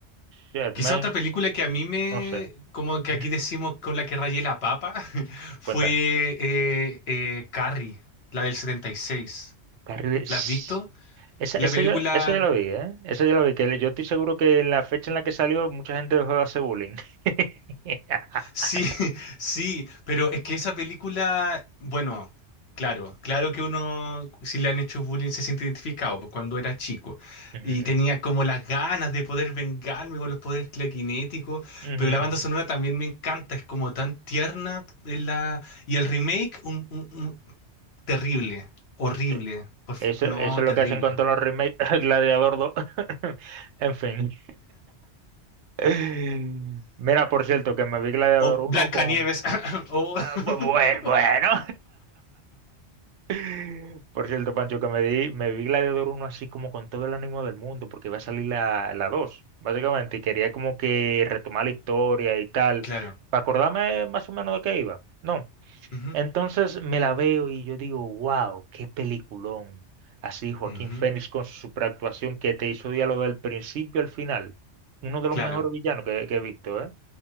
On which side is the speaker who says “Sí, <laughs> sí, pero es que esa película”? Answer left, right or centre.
Left